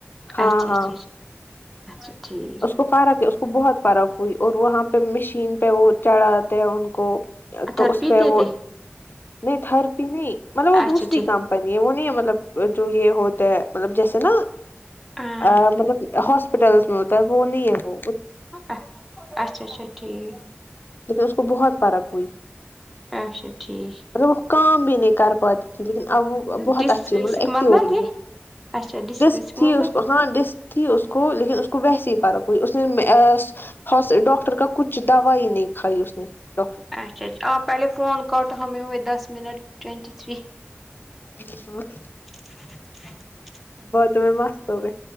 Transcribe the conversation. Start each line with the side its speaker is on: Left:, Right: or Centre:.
Left: ہاں
Centre: اچھا
Left: ہاں
Centre: اچھا اچھا ٹھیک
Left: اس کو فرق ہے اس کو بہت فرق ہوئی اور وہ وہاں پہ مشین پہ وہ چڑھاتے ہیں ان کو تو
Centre: تھرپی
Left: اس پہ
Centre: دیتے
Left: وہ نہیں تھرپی نہیں مطلب وہ
Centre: اچھا
Left: دوسری
Centre: ٹھیک
Left: کم نی یہ وہ نہیں ہے مطلب جو یہ ہو تے ہیں مطلب جیسے نا
Centre: ہاں
Left: ا مطلب ہاسپٹلس میں ہوتا ہے وہ نہیں ہے وہ
Centre: ہوتا ہے اچھا اچھا ٹھیک
Left: کیونکے اس کو بہت فرق ہوئی
Centre: اچھا ٹھیک
Left: روہو وہ کام بھی نہیں کر پاتی تھی لیکن اب وہ بہت
Centre: ڈسک
Left: اچھی مطلب ایکٹو
Centre: مت نہ
Left: ہو گئی
Centre: دے اچھا ڈسکس
Left: ڈسک تھی
Centre: مطلب
Left: اس کو ہاں ڈسک تھی اس کو لیکن اس کو ویسی فرق ہوئی اس نے مس ڈاکٹر کا کچھ دوائی نہیں کھائی اس نے ڈاکٹر کی
Centre: اچھا آپ پہلے فون کاٹو ہمیں ہوئے دس منٹ ٹوینٹی تھری
Left: ہاں
Centre: <inaudible>
Left: باتوں میں مست ہوگئی